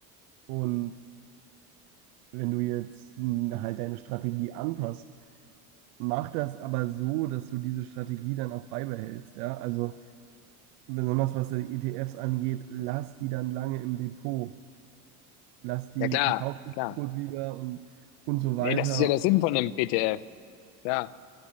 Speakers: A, on the right; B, on the left.
A: Und wenn du jetzt n, halt deine Strategie anpasst, mach das aber so, dass du diese Strategie dann auch beibehältst. Ja? Also besonders was die ETFs angeht, lass die dann lange im Depot, lass die
B: Ja, klar,
A: verkauf die
B: klar.
A: kurz wieder und, und so weiter.
B: Nee, das ist ja der Sinn von einem ETF. Ja.